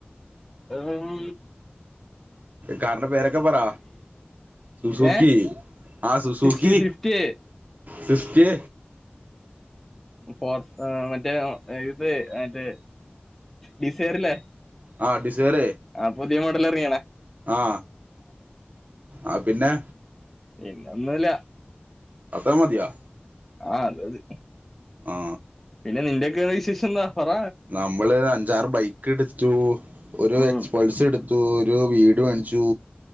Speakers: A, in the centre; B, on the right (about 45°).
A: ഏമ്
B: കാറിൻ്റെ പേരൊക്കെ പറ സുസൂഖി
A: ഏഹ്
B: ആ Suzuki
A: fifty Swift
B: Suzuki
A: four ഏഹ് മറ്റേ ആ ഇത് മറ്റേ ഡിസയറില്ലേ
B: ആ ഡിസയർ
A: ആ പുതിയ മോഡൽ അറങ്ങിയാണ്
B: ആ ആ പിന്നെ
A: പിന്നെ ഒന്നുല്ല
B: അത്ര മതിയോ
A: ആഹ് അത് മതി
B: ആ
A: പിന്നെ നിന്റെയക്കെ വിശേഷന്താ പറ
B: നമ്മളൊരഞ്ചാറ് ബൈക്കെടുത്തു ഒരു
A: ഉം
B: എക്സ്പൾസ് എടുത്തു ഒരു വീട് വാ ച്ചു